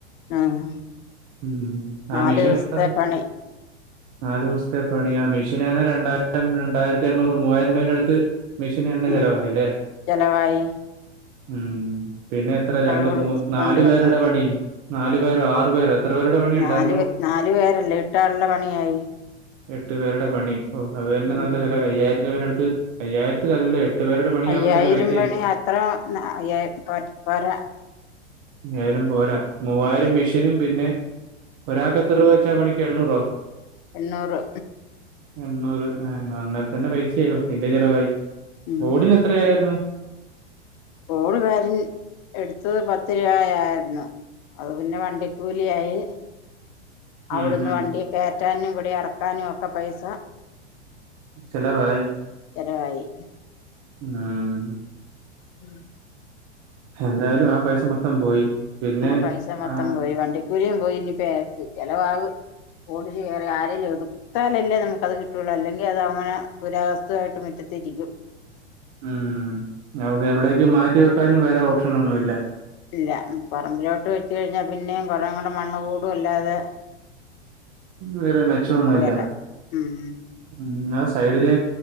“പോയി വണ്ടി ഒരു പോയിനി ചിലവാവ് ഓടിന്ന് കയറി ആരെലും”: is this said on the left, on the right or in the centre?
Left